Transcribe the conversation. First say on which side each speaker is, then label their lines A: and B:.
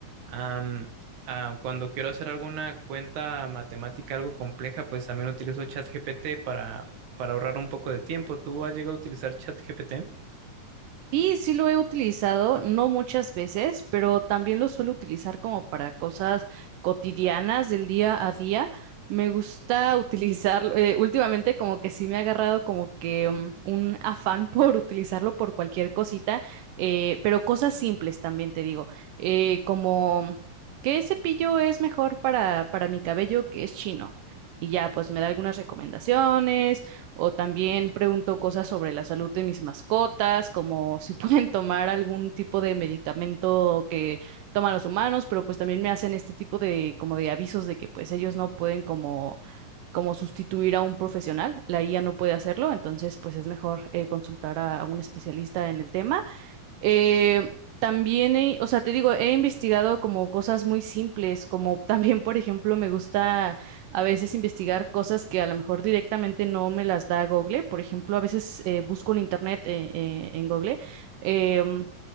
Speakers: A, on the right (about 70°); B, on the right (about 80°).
A: am, ah, cuando quiero hacer alguna cuenta matemática algo compleja, pues también utilizo ChatGPT para, para ahorrar un poco de tiempo. ¿Tú has llegado a utilizar ChatGPT?
B: Sí, sí lo he utilizado, no muchas veces, pero también lo suelo utilizar como para cosas cotidianas del día a día. Me gusta <laughs> utilizarlo, eh, últimamente como que sí me ha agarrado como que mm, un afán <laughs> por utilizarlo por cualquier cosita, eh, pero cosas simples también te digo, eh, como ¿qué cepillo es mejor para, para mi cabello que es chino? Y ya, pues me da algunas recomendaciones o también pregunto cosas sobre la salud de mis mascotas, como si <laughs> pueden tomar algún tipo de medicamento que toman los humanos, pero pues también me hacen este tipo de como de avisos de que pues ellos no pueden como como sustituir a un profesional, la IA no puede hacerlo, entonces pues es mejor eh, consultar a, a un especialista en el tema. Eh, también, he- o sea, te digo, he investigado como cosas muy simples, como <laughs> también, por ejemplo, me gusta a veces investigar cosas que a lo mejor directamente no me las da Google. Por ejemplo, a veces eh, busco en internet, eh, eh, en Google, em,